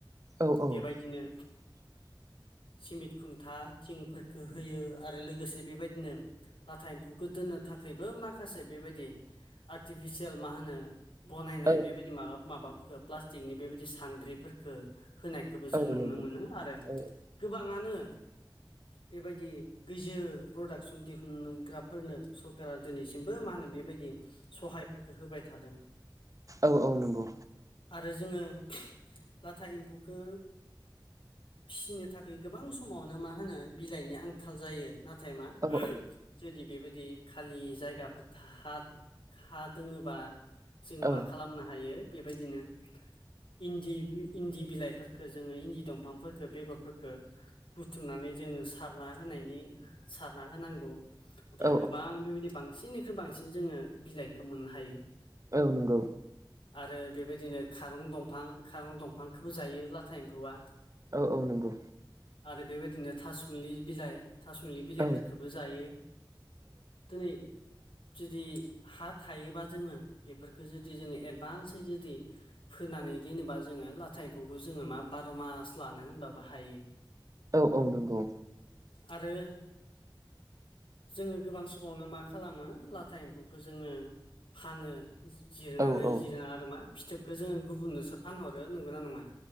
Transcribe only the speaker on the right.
औ
<inaudible>
औ
औ
नंगौ
औ
औ औ नंगौ।
औ
औ
औ
औ नंगौ।
औ औ नंगौ।
औ
औ औ नंगौ।
औ औ